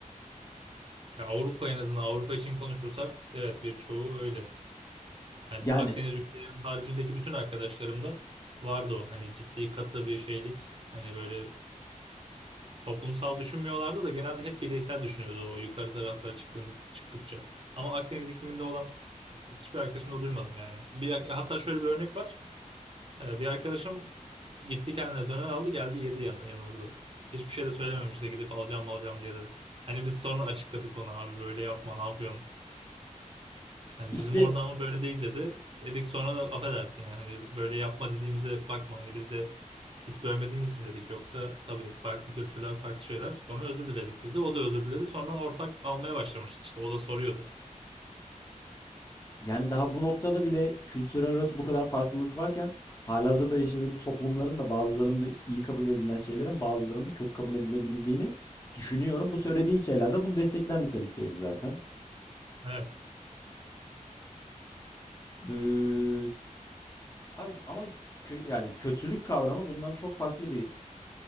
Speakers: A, on the right (about 40°); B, on the left (about 25°).
A: ya Avrupa en azından Avrupa için konuşursak evet birçoğu öyle. Yani
B: Yani
A: Akdeniz ülkelerinin haricindeki bütün arkadaşlarımda vardı o. Hani ciddi katı bir şeylik. Hani böyle toplumsal düşünmüyorlardı da genelde hep bireysel düşünüyordu o yukarı taraflara çıktığında, çıktıkça. Ama Akdeniz ikliminde olan hiçbir arkadaşımda duymadım yani. Bir, hatta şöyle bir örnek var. Ee, bir arkadaşım gitti kendine döner aldı geldi yedi yan, yanımızda. Hiçbir şey de söylememiş de gidip alacağım alacağım diye dedi. Hani biz sonra açıkladık ona abi böyle yapma ne yapıyorsun Hani
B: işte
A: bizim orada ama böyle değil dedi. Dedik sonra da affedersin yani hani böyle yapma dediğimize bakma hani biz de hiç görmediğimiz için dedik. Yoksa tabii farklı kültürler farklı şeyler. Sonra özür diledik biz de. O da özür diledi. Sonra ortak almaya başlamıştık işte. O da soruyordu.
B: Yani daha bu noktada bile kültürel arası bu kadar farklılık varken halihazırda yaşadığımız toplumların da bazılarında iyi kabul edilen şeylerin bazılarında kötü kabul edilebileceğini düşünüyorum. Bu söylediğin şeyler de bunu destekler nitelikteydi zaten.
A: Evet.
B: Ee, abi ama kö- yani kötülük kavramı bundan çok farklı bir